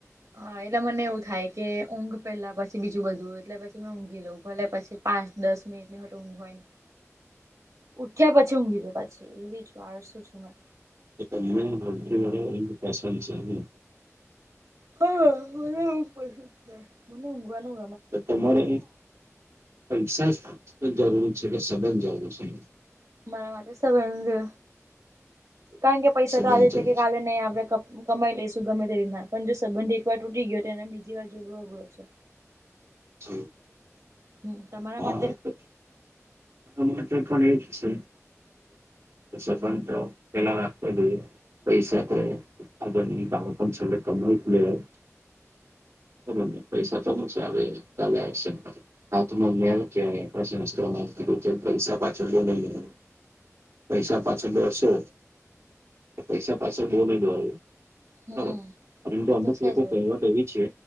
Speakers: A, on the right (about 85°); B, on the right (about 65°).
A: હા એટલે મને એવું થાય કે ઊંઘ પેલા પછી બીજું બધું એટલે પછી મે ઊંઘી લઉં ભલે પછી પાંચ દસ મિનિટ ની હોટું ઊઘ હોય ન ઉઠ્યા પછી ઊંઘી જાઉપ પાછી એવી છું આડશું છું મેં
B: તો તમને <unintelligible> પસંદ છે ને
A: હા મને એવું પસંદ છે, મને ઊઘવાનું
B: તો તમારે પૈસા જરૂરી છે કે સબંધ જરૂરી છે
A: મારા માટે સંબંધો, કારણ કે પૈસા
B: સબંધ
A: તો આજે
B: જરૂરી
A: છે કે કાલે ની આવે હ કમાઈ લઈશુ ગમે તેરીતના પણ જો સંબંધ એકવાર તૂટી ગયો તો એને બીજી વાર જોડવો અગરો છે
B: અ્
A: હમ્મ તમારા
B: હા
A: માટે
B: <unintelligible> માટે પણ એ જ છે <unintelligible> સબંધ <unintelligible> પેલા રાખવો જોઈએ પૈસા તો એ <unintelligible> બબર પૈસા તો હુ ચાલે <unintelligible> હાથનો મેલ કેવાય આપણા શાસ્ત્રોમાં આવું કીધું પૈસા પાછળ <unintelligible> પૈસા પાછળ દોરશો પૈસા પાછળ બહુ ની દોરો
A: હમ્મ
B: બબર પરંતુ
A: એ
B: અમુક
A: તો છે
B: લોકો
A: જ વરી
B: કહેવત એવી છે